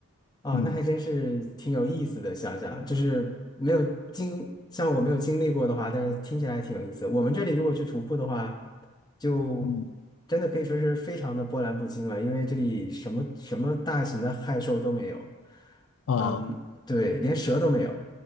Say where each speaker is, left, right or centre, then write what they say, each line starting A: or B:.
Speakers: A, on the left; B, on the left.
A: 啊，
B: 嗯，
A: 那还真是挺有意思的。想想就是没有经，像我没有经历过的话，但是听起来还挺有意思。我们这里如果去徒步的话，就
B: 嗯
A: 真的可以说是非常的波澜不惊了，因为这里什么什么大型的害兽都没有，
B: 哦，
A: 嗯，对，连蛇都没有，